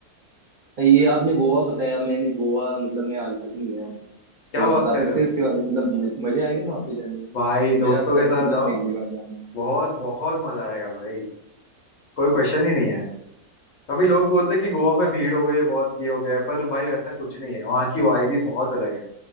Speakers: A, on the right; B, on the left.
A: ये आपने गोवा बताया मैंने गोवा मतलब मैं आज तक नहीं गया हूँ
B: क्या
A: थोड़ा
B: बात
A: बता
B: कर
A: सकते
B: रहे हो
A: हैं उसके बारे में मतलब मज- मजा आएगा वहां पे जाने में
B: भाई दोस्तों
A: मेरा शायद
B: के साथ
A: प्लान
B: जाओ
A: है अगली बार जाने
B: बहुत बहुत मजा आएगा भाई कोई क्वेश्चन ही नहीं है कभी लोग बोलते हैं कि गोवा में भीड़ हो गई है बहुत ये हो गया है पर भाई वैसा कुछ नहीं है वहाँ की वाइब भी बहुत अलग है